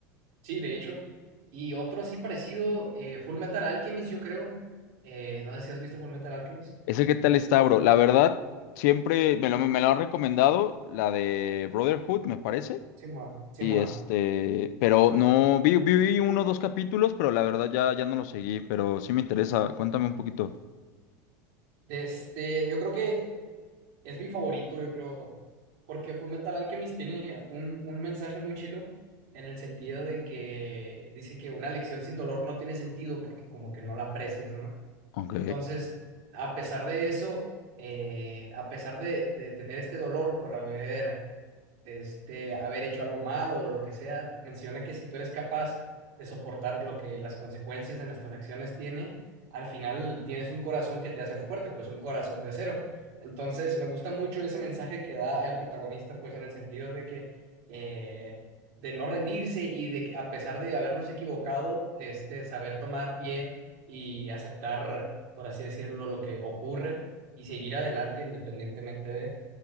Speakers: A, on the right; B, on the left.
A: Sí, de hecho. Y otro así parecido, eh, Full Metal Alchemist, yo creo. Eh, no sé si has visto Full Metal Alchemist.
B: Ese qué tal está, bro, la verdad, siempre me lo, me lo han recomendado, la de Brotherhood, me parece,
A: Simón, Simón.
B: y este, pero no, vi, vi uno o dos capítulos, pero la verdad ya, ya no lo seguí, pero sí me interesa, cuéntame un poquito.
A: De este, yo creo que es mi favorito, yo creo. Porque Full Metal Alchemist tiene un, un mensaje muy chilo en el sentido de que dice que una lección sin dolor no tiene sentido porque como que no la aprecias, ¿no?
B: Ok.
A: Entonces, a pesar de eso, eh, a pesar de, de tener este dolor por haber este, haber hecho algo malo o lo que sea, menciona que si tú eres capaz de soportar lo que las consecuencias de nuestras acciones tiene, al final tienes un corazón que te hace fuerte, pues un corazón de acero. Entonces, me gusta mucho ese mensaje que da el protagonista, pues en el sentido de que eh, de no rendirse y de que a pesar de habernos equivocado, de este saber tomar pie y aceptar, por así decirlo, lo que ocurre y seguir adelante independientemente de,